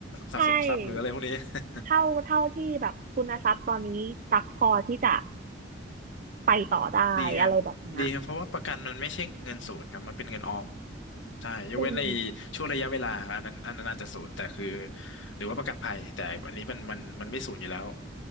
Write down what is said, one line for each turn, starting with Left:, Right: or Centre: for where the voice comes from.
Left: สะสมทรัพย์หรืออะไรพวกนี้
Right: ใช่
Left: <laughs>
Right: เท่าเท่าที่แบบคุณทรัพย์ตอนนี้ตักพอที่จะไปต่อได้อะไรแบบเนี้ย
Left: ดีครับดีครับเพราะว่าประกันมันไม่ใช่เงินศูนย์ครับมันเป็นเงินออมใช่ยกเว้นใน
Right: จริง
Left: ช่วงระยะเวลาอันนั้นอันนั้นอาจจะศูนย์แต่คือหรือว่าประกันภัยแต่อันนี้มันมันมันไม่ศูนย์อยู่แล้ว